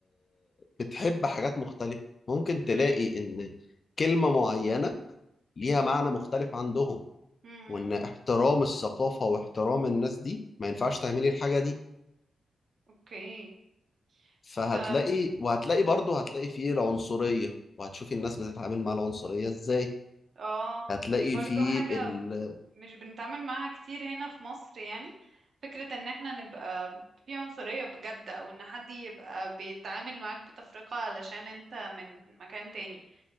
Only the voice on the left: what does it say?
بتحب حاجات مختلفة ممكن تلاقي
إن كلمة معينة ليها معنى مختلف عندهم
وإن احترام الثقافة واحترام الناس دي ما ينفعش تعملي الحاجة دي
فهتلاقي
وهتلاقي برضه هتلاقي فيه العنصرية وهتشوفي الناس بتتعامل مع العنصرية إزاي
هتلاقي
فيه
ال...